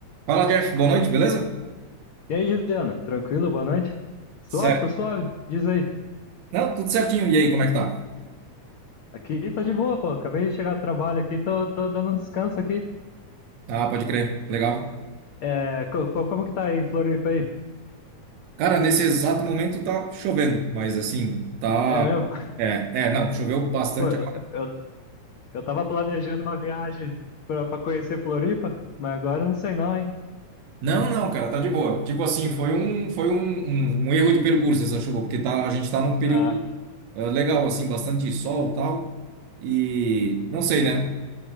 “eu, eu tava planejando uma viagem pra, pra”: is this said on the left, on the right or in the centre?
Left